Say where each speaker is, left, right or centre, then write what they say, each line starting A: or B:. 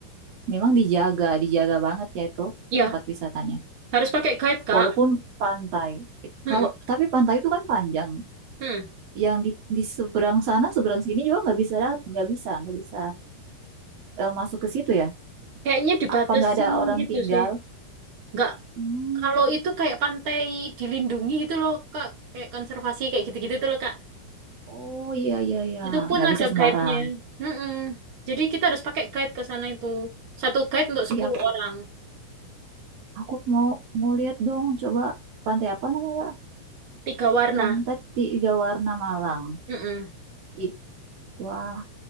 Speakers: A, on the right; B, on the right.
A: memang dijaga, dijaga banget ya itu
B: Ya,
A: tempat wisatanya.
B: harus pakai guide Kak.
A: Walaupun pantai.
B: Hmm,
A: Kalau tapi pantai itu kan panjang.
B: hmm.
A: Yang di, di seberang sana, seberang sini juga nggak bisa, dat- nggak bisa, nggak bisa eh, masuk ke situ ya.
B: Kayaknya dibatasin
A: Apa nggak ada orang
B: gitu
A: tinggal?
B: sih. Nggak,
A: Hmm.
B: kalau itu kayak pantai dilindungi gitu loh Kak, kayak konservasi kayak gitu-gitu tuh loh Kak.
A: Oh iya iya iya,
B: Itu pun
A: nggak
B: ada
A: bisa sembarang.
B: guide-nya. Hmm, hmm. Jadi kita harus pakai guide ke sana itu. Satu guide untuk 10
A: Iya aku
B: orang.
A: aku mau mau lihat dong, coba pantai apa namanya?
B: Tiga warna.
A: Pantai Tiga Warna Malang.
B: Mm-mm.
A: Ih, wah,